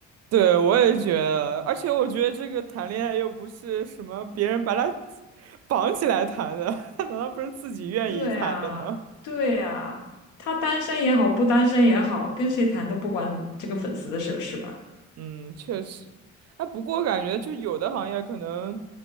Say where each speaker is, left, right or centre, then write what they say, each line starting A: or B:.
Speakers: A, on the right (about 55°); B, on the left (about 80°).
A: 对，我也觉得，而且我觉得这个谈恋爱又不是什么别人把他绑起来谈的，<laughs> 他难道不是自己愿意谈的吗？
B: <laughs> 对呀、对呀、他单身也好，不单身也好，跟谁谈都不关这个粉丝的事，是吧？
A: 嗯，确实。啊，不过感觉就有的行业可能